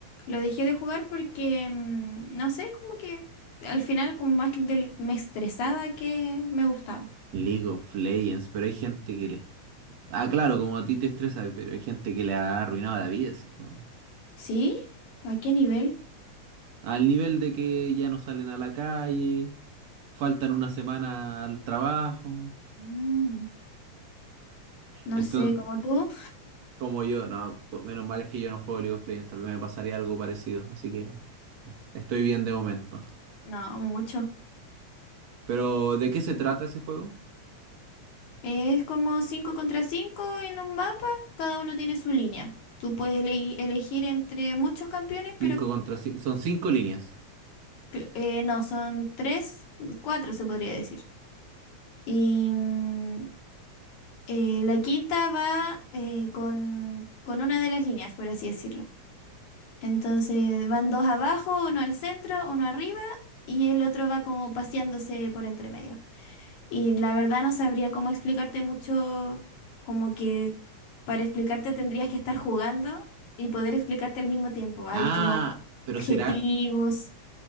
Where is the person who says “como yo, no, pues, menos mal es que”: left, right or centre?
Right